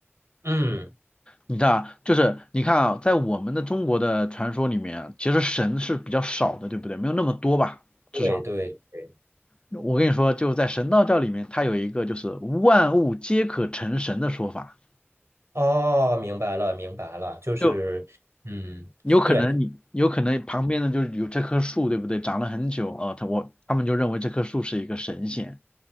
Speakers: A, on the right (about 75°); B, on the left (about 20°).
A: 嗯，
B: 你知道啊，就是你看啊，在我们的中国的传说里面啊，其实神是比较少的，对不对？没有那么多吧，
A: 对对对，
B: 至少我跟你说，就在神道教里面，它有一个就是万物皆可成神的说法，
A: 哦，明白了明白了，就是，
B: 就
A: 嗯，
B: 有可能你有可能旁边的就是有这棵树，
A: 对，
B: 对不对？长了很久啊，呃他我他们就认为这棵树是一个神仙，